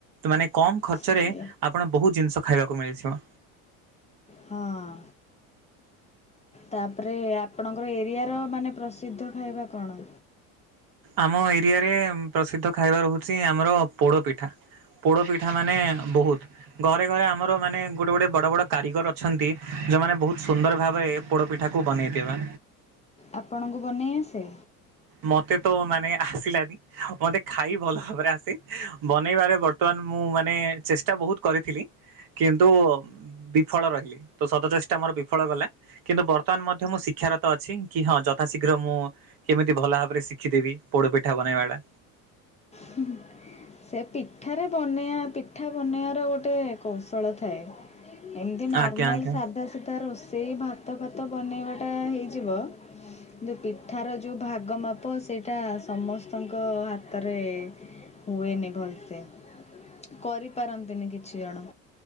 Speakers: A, on the right (about 55°); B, on the left (about 15°).
A: ମାନେ କମ ଖର୍ଚ୍ଚରେ
B: ସେ
A: ଆପଣ ବହୁତ ଜିନିଷ ଖାଇବାକୁ ମିଳିଥିବ
B: ହଁ ତାପରେ ଆପଣଙ୍କର ଏରିଆ ର ମାନେ ପ୍ରସିଦ୍ଧ ଖାଇବା କଣ?
A: ଆମ ଏରିଆରେ ପ୍ରସିଦ୍ଧ ଖାଇବାର ହେଉଛି ଆମର ପୋଡ଼ପିଠା ପୋଡ଼ପିଠା ମାନେ ବହୁତ ଘରେ ଘରେ ଆମର ମାନେ ଗୋଟେ ଗୋଟେ ବଡ଼ ବଡ଼ କାରିଗର ଅଛନ୍ତି ଯେଉଁମାନେ ବହୁତ ସୁନ୍ଦର ଭାବରେ ପୋଡ଼ ପିଠା କୁ ବନେଇଦବା
B: ଆପଣଙ୍କୁ ବନେଇ ଆସେ
A: ମୋତେ ତ ମାନେ ଆସିଲାନି ମୋତେ ଖାଇ ଭଲ ଭାବରେ ଆସେ ବନେଇବାରେ ବର୍ତ୍ତମାନ ମୁଁ ମାନେ ଚେଷ୍ଟା ବହୁତ କରିଥିଲି କିନ୍ତୁ ବିଫଳ ରହିଲି ତ ସତଚେଷ୍ଟା ମୋର ବିଫଳ ଗଲା କିନ୍ତୁ ବର୍ତ୍ତମାନ ମଧ୍ୟ ମୁଁ ଶିକ୍ଷାରତ ଅଛି କି ହଁ ଯଥାଶୀଘ୍ର ମୁଁ କେମିତି ଭଲ ଭାବରେ ଶିଖିଦେବି ପୋଡପିଠା ବନେଇବାଟା
B: ହୁଁ ସେ ପିଠାରେ ବନେଇବା ପିଠା ବନେଇବାର ଗୋଟେ କୌଶଳ ଥାଏ ଏମିତି ନର୍ମାଲ
A: ଆଜ୍ଞା ଆଜ୍ଞା
B: ସ ସିଧା ସିଧା ରୋଷେଇ ଭାତ ଫାତ ବନେଇବା ଟା ହେଇଯିବ କିନ୍ତୁ ପିଠାର ଯୋଉ ଭାଗ ମାପ ସେଇଟା ସମସ୍ତଙ୍କ ହାତରେ ହୁଏନି ଭଲସେ କରିପାରନ୍ତିନି କିଛି ଜଣ